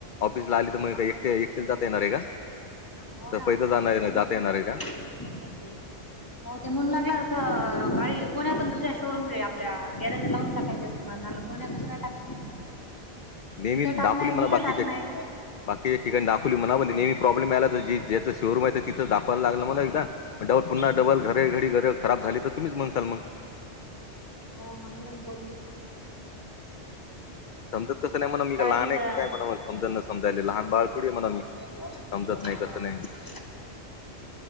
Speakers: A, on the left (about 50°); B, on the left (about 15°).
A: ऑफिस ला आली त म एकटी एकटीच जाता येणाराय का?
B: हो
A: तर
B: ना
A: पैदल
B: तेच
A: जाणार
B: म्हणलं
A: जाता
B: मी
A: येणार आहे का?
B: <unintelligible> हो ते म्हणून लागला तस गाडी कोणी पण दुसऱ्या शोरूम ले आपल्या गॅरेज लावून टाकायची अस ते झाल, कोण्या कसं काय टाकत.
A: नेहमी
B: तिथं टाकणंय
A: दाखवली मला
B: तिथं
A: बाकीचे,
B: टाकणंय
A: बाकीच्या ठिकाणी दाखवली मणा पण नेहमी प्रॉब्लेम आला तर ज ज्याचा शोरूम आहे तिथच दाखवाय लागन ना मला एकदा पुन्हा
B: हम्म
A: डबल घरे घरी घर खराब झाली तर तुम्हीच म्हणसाल मग.
B: हो म्हंटल ना बोलली.
A: समजत कसं नाही म्हणा मी
B: गाडी
A: काय लहान
B: तिथं
A: आहे की काय म्हणाव समज न समजायले लहान बाळ थोडी आहे म्हणाव मी
B: <inaudible>
A: समजत नाही कसं नाही